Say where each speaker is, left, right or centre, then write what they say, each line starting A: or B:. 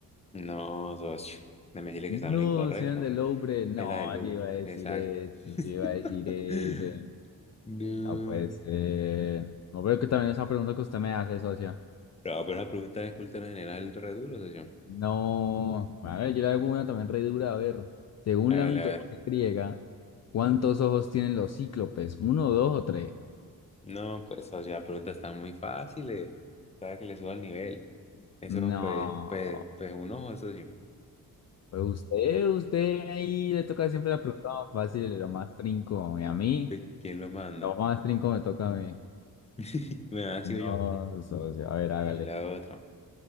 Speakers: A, on the left; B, on the left.
A: No, socio. No me decirle
B: No,
A: que está en lo incorrecto.
B: sean del Louvre. No,
A: Es la del Louvre.
B: yo iba a decir
A: Exacto.
B: ese, yo iba a decir
A: <laughs>
B: ese.
A: No.
B: No, pues, eh, no creo que también esa pregunta que usted me hace, socio.
A: Pero, pero la pregunta de cultura general re duro, socio.
B: No, a ver, yo le hago una también re dura. A ver, según
A: A ver,
B: la mitología
A: a ver.
B: griega, ¿cuántos ojos tienen los cíclopes? ¿Uno, dos o tres?
A: No, pues, socio, las preguntas están muy fáciles. Para que le suba el nivel. Eso,
B: No.
A: pues, pues, pues, un ojo, socio. <laughs>
B: Pues usted, usted ahí le toca siempre la pregunta más fácil, lo más trinco. Y a mí,
A: Pues, ¿quién lo manda?
B: lo más trinco me toca a mí.
A: <laughs> Bueno, ahora sigo
B: No,
A: yo.
B: socio. A ver, hágale.
A: Eh, La otra.